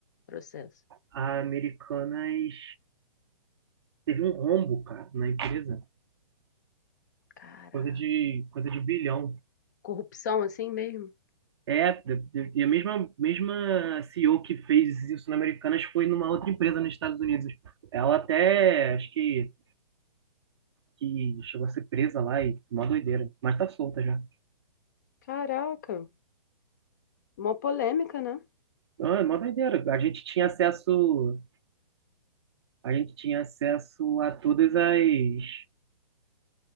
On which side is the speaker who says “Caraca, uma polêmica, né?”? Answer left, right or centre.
Left